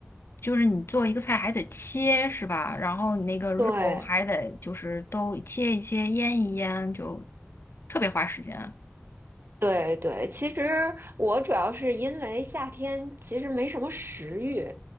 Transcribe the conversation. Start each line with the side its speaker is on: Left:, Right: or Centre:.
Left: 就是你做一个菜还得切，是吧？然后你那个肉还得就是都切一切、
Right: 对
Left: 腌一腌，就特别花时间，
Right: 对对，其实我主要是因为夏天其实没什么食欲，